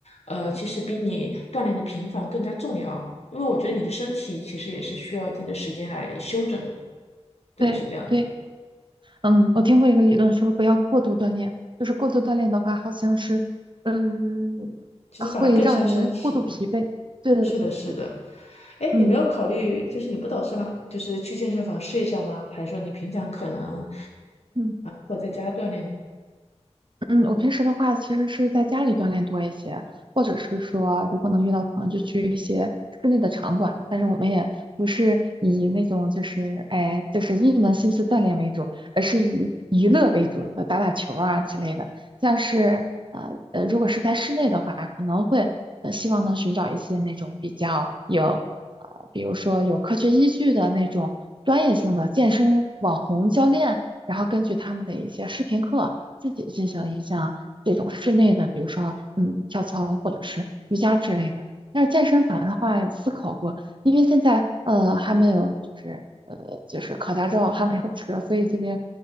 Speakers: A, on the left; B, on the right.
A: 呃，其实比你锻炼的频繁更加重要，
B: 嗯，
A: 因为我觉得你的身体其实也是需要一定的时间来休整的。对，
B: 对对，
A: 是这样子。
B: 嗯，我听过一个理论说不要过度锻炼，就是过度锻炼的话，好像是，嗯，
A: 其实反而更伤身体。
B: 会让人过度疲惫。对的，
A: 是的，
B: 对的，
A: 是的。
B: 对的，
A: 哎，
B: 嗯。
A: 你没有考虑，就是你不打算就是去健身房试一下吗？还是说你平常可能
B: 嗯。
A: 或在家锻炼呢？
B: 嗯，我平时的话其实是在家里锻炼多一些，或者是说如果能约到朋友，就去一些室内的场馆。但是我们也不是以那种就是哎就是一门心思锻炼为主，而是以娱乐为主的，打打球啊之类的。像是呃呃，如果是在室内的话，可能会呃希望能寻找一些那种比较有呃，比如说有科学依据的那种专业性的健身网红教练，然后根据他们的一些视频课。自己进行一项这种室内的，比如说嗯跳操或者是瑜伽之类的。但是健身房的话，有思考过，因为现在呃还没有就是呃就是考驾照还没有车，所以这边